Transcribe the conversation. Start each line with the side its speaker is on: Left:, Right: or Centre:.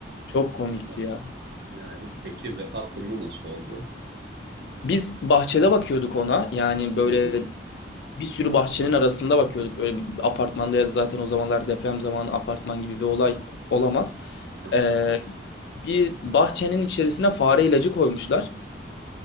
Left: Çok komikti
Right: Ya,
Left: ya.
Right: ya, peki vefat durumu nasıl oldu?
Left: Biz bahçede bakıyorduk ona. Yani böyle
Right: Hı hı.
Left: bir sürü bahçenin arasında bakıyorduk. Böyle bir apartmanda ya da zaten o zamanlar deprem zamanı apartman gibi bir olay olamaz.
Right: Aha.
Left: Ee, bir bahçenin içerisine fare ilacı koymuşlar.